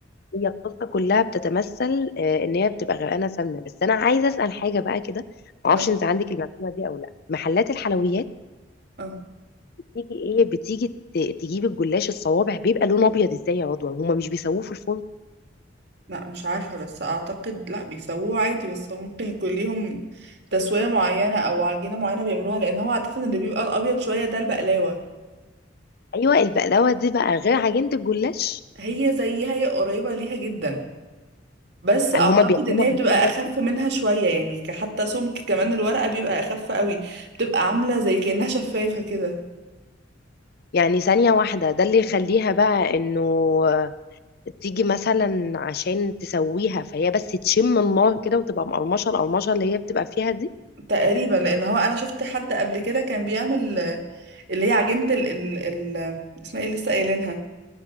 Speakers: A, on the left; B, on the right.
A: هي القصه كلها بتتمثل آه، ان هي بتبقى غرقانه سمنه بس انا عايزه اسال حاجه بقى كده ما اعرفش
B: اه
A: انت عندك المعلومه دي او لا محلات الحلويات
B: آه.
A: بتيجي ايه بتيجي ت- تجيب الجلاش الصوابع بيبقى لونه ابيض ازاي يا رضوى هما مش بيسووه في الفرن
B: لا مش عارفة بس اعتقد لا بيسووه عادي بس هو ممكن يكون ليهم تسوية معينة او عجينة معينة بيعملوها لان هو عادة اللي بيبقى الابيض شوية ده البقلاوة
A: ايوه البقلاوه دي بقى غير عجينه الجلاش
B: هي زيها هي قريبة ليها جدا بس
A: يعني
B: اعتقد
A: هما بيعملوها
B: ان هي
A: بالطريقة
B: بتبقى اخف
A: دي.
B: منها شوية يعني ك- حتى سمك كمان الورقة بيبقى اخف قوي بتبقى عاملة زي كأنها شفافة كده
A: يعني ثانيه واحده ده اللي يخليها بقى انه آه، تيجي مثلا عشان تسويها فهي بس تشم النار كده وتبقى مقرمشه القرمشه اللي هي بتبقى فيها دي
B: تقريبا لان هو انا شفت حد قبل كده كان بيعمل آه، اللي هي عجينة ال ال ال اسمها ايه لسه قايلينها